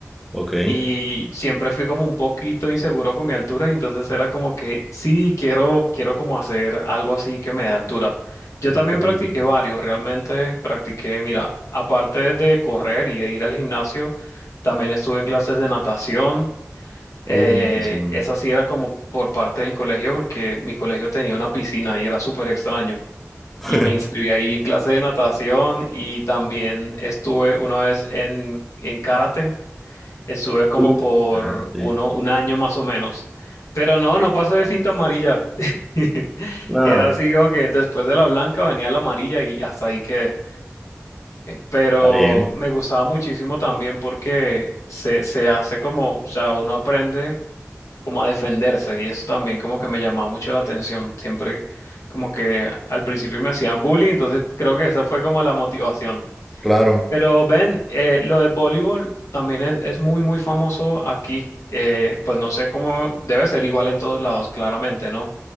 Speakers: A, in the centre; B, on the left.
A: Ok,
B: Y siempre fui como un poquito inseguro con mi altura, y entonces era como que sí, quiero, quiero como hacer algo así que me dé altura. Yo
A: ok,
B: también practiqué
A: ok.
B: varios, realmente practiqué, mira, aparte de correr y de ir al gimnasio, también estuve en clases de natación. Eh,
A: Uh, me emociono.
B: esa sí era como por parte del colegio, porque mi colegio tenía una piscina y era súper extraño. Y
A: <laughs>
B: me inscribí ahí clase de natación y también estuve una vez en, en karate Estuve como
A: Uh,
B: por
A: sí.
B: uno, un año más o menos. Pero no, no pasé de cinta amarilla. <laughs>
A: Nada,
B: Era así como que después de la blanca venía la amarilla y hasta ahí que pero
A: está bien.
B: me gustaba muchísimo también porque se, se hace como, o sea, uno aprende como a defenderse y eso también como que me llamaba mucho la atención. Siempre como que al principio me hacían bullying, entonces creo que esa fue como la motivación.
A: Claro.
B: Pero ven, eh, lo de voleibol también es, es muy, muy famoso aquí. Eh, pues no sé cómo debe ser igual en todos lados, claramente, ¿no?